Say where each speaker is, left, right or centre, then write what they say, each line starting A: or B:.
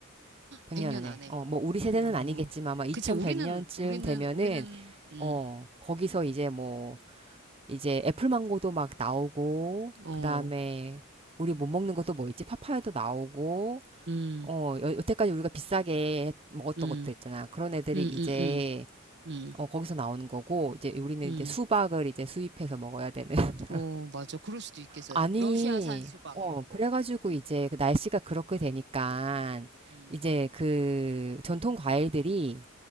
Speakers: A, on the right (about 25°); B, on the right (about 55°).
A: 백년은에.
B: 100년 안에.
A: 어, 뭐 우리 세대는
B: 어,
A: 아니겠지만 아마 2100년쯤
B: 그치, 우리는, 우리는,
A: 되면은
B: 우리는, 음,
A: 어, 거기서 이제 뭐 이제 애플망고도 막 나오고
B: 어,
A: 그다음에 우리 못 먹는 것도 뭐 있지? 파파야도 나오고
B: 음,
A: 어, 여, 여태까지 우리가 비싸게 했- 먹었던
B: 음,
A: 것도 있잖아. 그런 애들이
B: 음,
A: 이제
B: 음, 음, 음,
A: 어, 거기서 나오는 거고 이제 우리는
B: 음,
A: 이제 수박을 이제 수입해서 먹어야 되는 <laughs> 그런.
B: 어, 맞아. 그럴 수도 있겠어.
A: 아니,
B: 러시아산 수박,
A: 어,
B: 이런
A: 그래가지고
B: 거.
A: 이제 그 날씨가 그렇게 되니까
B: 음,
A: 이제 그 전통 과일들이